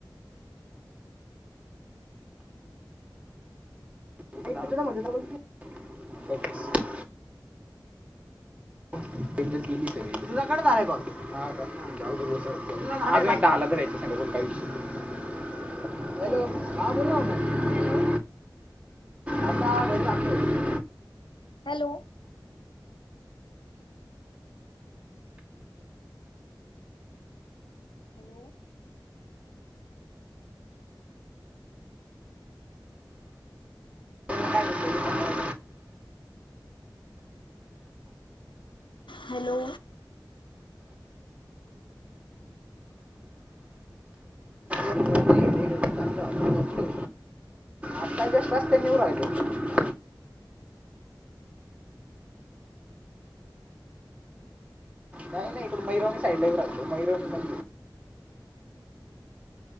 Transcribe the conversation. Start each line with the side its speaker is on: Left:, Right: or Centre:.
Right: <unintelligible> <unintelligible> <unintelligible>
Left: <inaudible>
Right: हॅलो हा बोल ना हॅलो आता घरी आणलं.
Left: हॅलो हॅलो
Right: <unintelligible>
Left: हॅलो
Right: पोरी घरी नाही, घरी चाललो आपण पोचलो. आता जस्ट रस्त्याने येऊ लागलो. नाही नाही इकडुन मैरोणी साईडला येऊ राहलो. मैरोणी